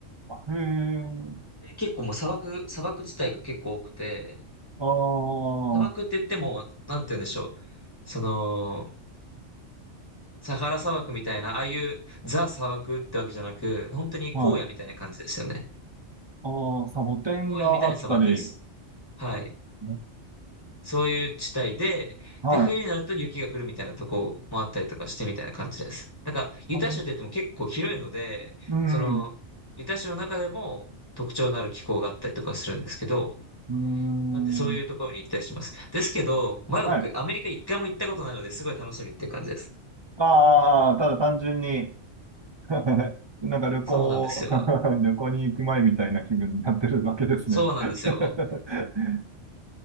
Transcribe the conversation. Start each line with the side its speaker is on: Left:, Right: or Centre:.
Right: あへえ、
Left: で結構もう砂漠、砂漠地帯が結構多くて、
Right: ああ、
Left: 砂漠って言っても、
Right: は
Left: なんて言うんでしょう。その、サハラ砂漠みたいな、ああいうザ砂漠ってわけじゃなく、本当に荒野みたいな感じですよね。
Right: い。ああ、サボテンがあったり、
Left: 荒野みたいな砂漠です。はい。
Right: ね
Left: そういう地帯で、
Right: はい。
Left: で、冬になると雪が降るみたいなとこもあったりとかしてみたいな感じです。なんか、ユタ州って言っても結構広いので、
Right: あの、うん、
Left: その、
Right: うん、
Left: ユタ州の中でも特徴のある気候があったりとかするんですけど、
Right: うん、
Left: なんでそういうところに行ったりします。
Right: うーん
Left: ですけど、まだ僕、
Right: はい。
Left: アメリカ一回も行ったことないので、すごい楽しみっていう感じです。
Right: ああ、ただ単純に、<laughs> なんか旅行、
Left: そうなんですよ。
Right: <laughs> 旅行に行く前みたいな気分になってるわけですね。
Left: そうなんですよ。
Right: <laughs>